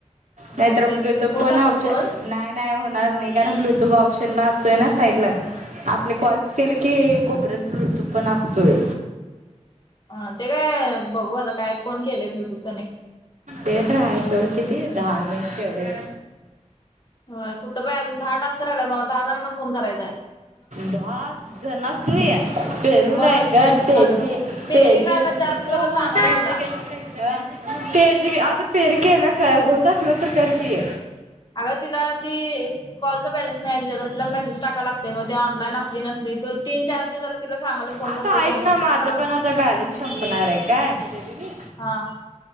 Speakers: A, on the right (about 75°); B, on the left (about 35°).
A: नाही
B: बहुतेक
A: तर ब्लूटूथ
B: होत
A: पण
B: असेल
A: ऑप्शन
B: सोड.
A: नाही नाही होणार नाही कारण ब्लूटूथ ऑप्शन ला असतोय ना साईड ला आपले कॉल्स केले की कोपऱ्यात ब्लूटूथ पण असतोय.
B: ह ते काय बघू आता काय फोन केलेय ब्लूटूथ कनेक्ट
A: ते तर आहे सोड किती दहा मिनिट तेवढे
B: हो कुठं बाई अजून दहा टास्क राहिला मला दहा जणांना फोन करायचाय
A: दहा जणा सनी नाही पेरुलयकर
B: मग टेन्शन
A: तेजी
B: आलंय मला पेरीला
A: तेजी
B: आता
A: जे कि
B: चार
A: तिथं
B: दिवस झालं सांगालोय तिला
A: ग ते आता पेरी केला काय होत असलं तर करकी
B: अगं तिला ती कॉलचा बॅलेन्स नाही आहे तिच्याकडे तिला मेसेज टाका लागतं तेव्हा ऑनलाईन असली नसली तर तीन चार दिवस झाला तिला सांगाले फोन
A: आता
B: करते
A: ऐक
B: फोन
A: ना
B: करते
A: माझं
B: हा
A: पण
B: हा
A: आता बॅलन्स संपणार आहे काय हे देते मी
B: हां